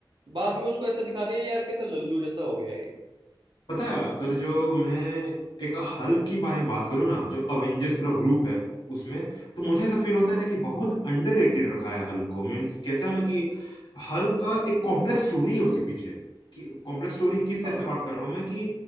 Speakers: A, on the right; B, on the left.
A: बाद में उसको ऐसा दिखा दिया यार कैसा लल्लू जैसा हो गया है ये
B: पता है अगर जो मैं एक हल्क के बारे में बात करूँ ना जो अवेंजर्स पूरा ग्रुप है उसमें तो मुझे ऐसा फील होता है ना कि बहुत अंडररेटेड रखा है हल्क को मीन्स कैसा है ना कि हल्क का एक कॉम्प्लेक्स स्टोरी है उसके पीछे कि कॉम्प्लेक्स स्टोरी किस सेंस
A: हाँ
B: से बात कर रहा हूँ मैं कि